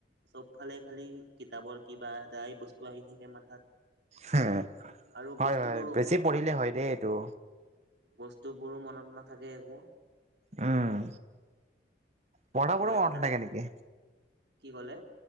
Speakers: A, on the right; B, on the right.
A: চবফালে খালি কিতাপৰ কিবা এটাই বস্তুই আহি থাকে মাথাত।
B: হে,
A: আৰু
B: হয়,
A: বস্তুবোৰো
B: হয়, বেছি
A: মনত
B: পঢ়িলে
A: নাথাকে
B: হয় দেই এইটো।
A: বস্তুবোৰো মনত নাথাকে একো
B: উম পঢ়াবোৰো
A: এইটো এটা
B: মনত
A: দাক
B: নাথাকে নেকি
A: কি ক'লে